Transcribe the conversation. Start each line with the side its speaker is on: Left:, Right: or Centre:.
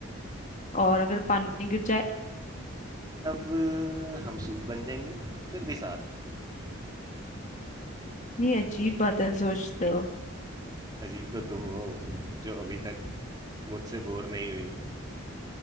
Left: और अगर पानी गिर जाए
Right: अब अ, हम सूप बन जाएंगे फिर भी साथ
Left: ये अजीब बातें सोचते हो
Right: अजीब तो तुम हो जो अभी तक मुझसे बोर नहीं हुई